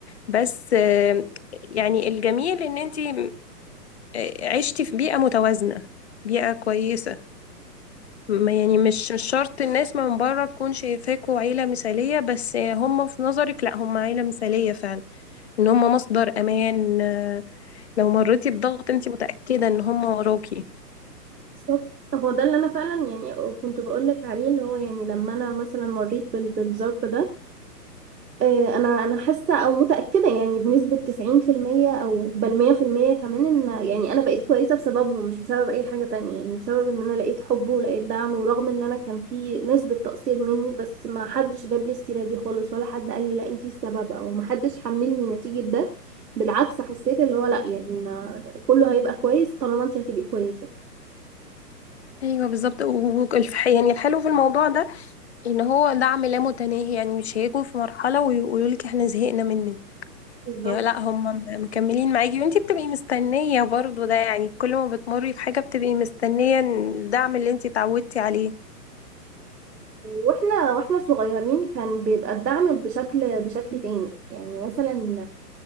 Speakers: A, on the left; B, on the right.
A: بس آه، يعني الجميل ان انتي آه، عشتي في بيئة متوازنة بيئة كويسة م- يعني مش مش شرط الناس من بره تكون شايفاكوا عيلة مثالية بس هم في نظرك لا هم عيلة مثالية فعلا ان هم مصدر امان آه، لو مريتي بضغط انت متأكدة ان هم وراكي
B: بالظبط هو ده اللي انا فعلا يعني كنت بقولك عليه اللي هو يعني لما انا مثلا مريت بال- بالظرف ده آه، انا انا حاسه او متاكده يعني بنسبه 90% او بل 100% كمان ان يعني انا بقيت كويسه بسببهم مش بسبب اي حاجه تانية يعني بسبب ان انا لقيت حب ولقيت دعم ورغم ان انا كان في نسبه تقصير مني بس ما حدش جاب لي السيره دي خالص ولا حد قال لي لا انتي السبب او ما حدش حملني نتيجه ده بالعكس حسيت اللي هو لا يعني ما كله هيبقى كويس طالما انتي هتبقي كويسه
A: ايوه بالظبط والف- يعني الحلو في الموضوع ده ان هو دعم لا متناهي يعني مش هيجوا في مرحلة ويقولوا لك احنا زهقنا منك
B: بالظبط
A: يعني لا هم م- مكملين معاكي وانتي بتبقي مستنية برضو ده يعني كل ما بتمري بحاجة بتبقي مستنية الدعم اللي انتي اتعودتي عليه
B: واحنا واحنا صغيرين كان بيبقى الدعم بشكل بشكل تاني يعني مثلا